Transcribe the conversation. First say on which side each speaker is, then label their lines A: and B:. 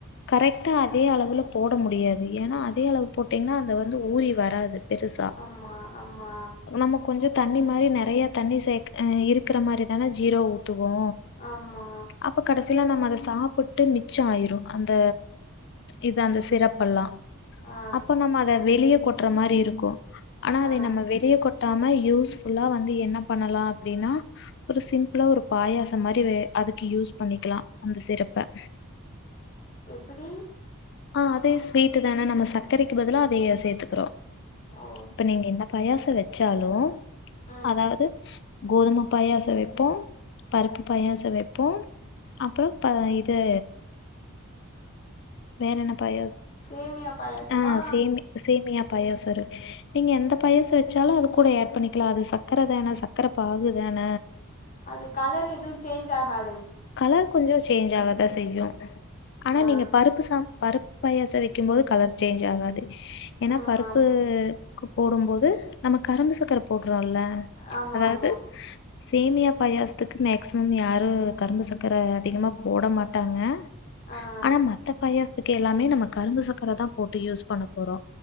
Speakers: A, on the left (about 50°); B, on the left (about 35°).
A: கரெக்டா அதே அளவுல போட முடியாது ஏனா அதே அளவு போட்டீங்கனா அந்த வந்து ஊறி வராது பெருசா
B: ஆமா ஆமா
A: நம்ம கொஞ்சோ தண்ணி மாரி நெறயா தண்ணி சேக்க இருக்கற மாரிதானே ஜீரோ ஊத்துவோ
B: ஆமா
A: அப்ப கடைசில நம்ம அத சாப்ட்டு மிச்சோ ஆயிரு அந்த இது அந்த சிறப்பல்லா
B: ஆ
A: அப்ப நம்ம அத வெளிய கொட்ற மாரி இருக்கு ஆனா அத
B: ஆ
A: நம்ம வெளிய கொ ட்டாம யூஸ்ஃபுல்லா வந்து என்ன பண்ணலா அப்டினா ஒரு சிம்பிளா ஒரு பாயாசம் மாரி அதுக்கு யூஸ் பண்ணிக்கலா அந்த சிறப்ப
B: எப்டி?
A: அ அதே ஸ்வீடுதான நம்ம சக்கரைக்கு பதிலா அதய சேத்துக்கிறோ
B: ஓ
A: இப்ப நீங்க என்ன பாயாசோ வெச்சாலு
B: ம்
A: அதாவது கோதும பாயாசோ வெப்போ பருப்பு பாயாசோ வெப்போ அப்றோ ப இது வேற என்ன பாயசோ
B: சேமியா பாயாசமா
A: அ சேமி சேமியா பாயாசோ இரு நீங்க எந்த பாயாசோ வெச்சாலு அது கூட ஆட் பண்ணிக்கலா அது சக்கரதான சக்கர பாகுதான
B: அது கலர் எது சேஞ் ஆகா
A: கலர் கொஞ்சோ சேஞ்ச் ஆகதா செய்யு ஆனா
B: ஆ
A: நீங்க பருப்பு சா பரு ப்பு பாயாசோ வெக்கும்போது கலர் சேஞ்ச் ஆகாது ஏனா
B: ஆ
A: பருப்பு
B: ம்
A: க்கு போடும்போது நம்ம கரும்பு சக்கரை போடுறோல்ல
B: ஆமா
A: அதாவது
B: ஆமா ஆமா
A: சேமியா பாயாசத்துக்கு மேக்சிமம் யாரு கரும்பு சக்கர அதிகமா போட மாட்டாங்க
B: ஆ
A: ஆனா மத்த பாயாசத்துக்கு எல்லாமே நம்ம கரும்பு சக்கரதா போட்டு யூஸ் பண்ண போறோ